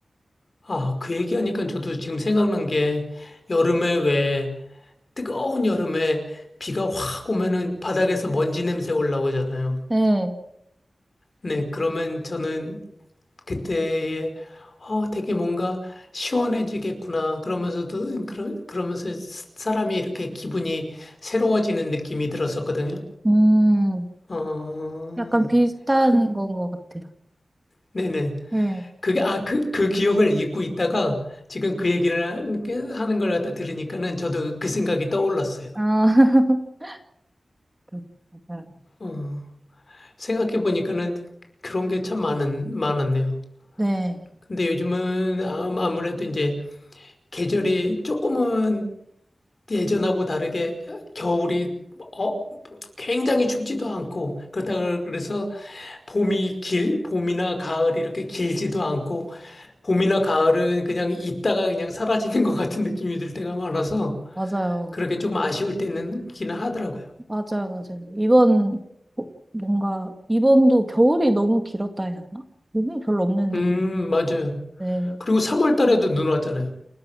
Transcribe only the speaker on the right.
네.
음,
약간 비슷한
건 것 같아요.
네.
아, <laughs> 음, 맞아요.
네.
맞아요.
맞아요, 맞아요. 이번, 어, 뭔가, 이번도 겨울이 너무 길었다 해야 하나? 눈이 별로 없는 느낌.
네.